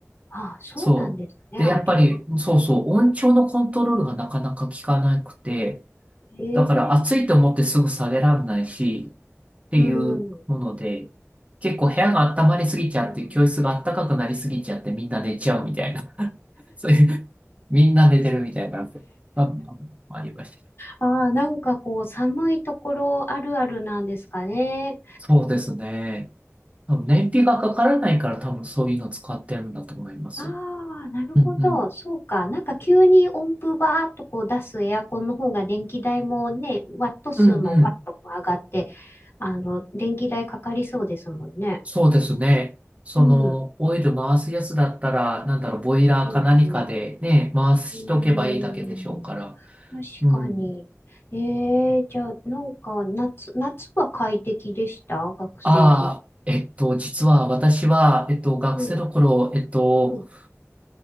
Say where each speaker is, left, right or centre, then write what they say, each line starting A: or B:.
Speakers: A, on the left (about 50°); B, on the right (about 25°).
A: あ、そうなんですね、
B: そう。で、
A: あれは。
B: やっぱり、そうそう、音調のコントロールがなかなか効かなくて、
A: へ
B: だから暑いと思ってすぐ下げらんないし、
A: え。
B: っていうもので、
A: うん。
B: 結構部屋が温まりすぎちゃって、
A: あ、そうなんだ。
B: 教室が暖かくなりすぎちゃって、みんな寝ちゃうみたいな。<laughs> そういう、みんな寝てるみたいな、あ、ありました。
A: あー、なんかこう、寒いところあるあるなんですかね。
B: そうですね。多分燃費がかからないから多分そういうの使ってるんだと思います。
A: ああ、なるほど。
B: うんうん。
A: そうか。なんか急に温風バーっとこう出すエアコンの方が電気代もね、ワット数もワッとこう上がって、
B: うんうん。
A: あの、電気代かかりそうですもんね。
B: そうですね。その、
A: うん。
B: オイル回すやつだったら、なんだろう、ボイラーか何かでね、
A: じわじわ。
B: 回しとけばいいだけでしょうから。
A: うーん。確かに。
B: うん。
A: えー、じゃあ、なんか夏、夏は快適でした学生時。
B: ああ、えっと、実は私は、えっと、学生の頃、
A: うん。
B: えっと、
A: うん。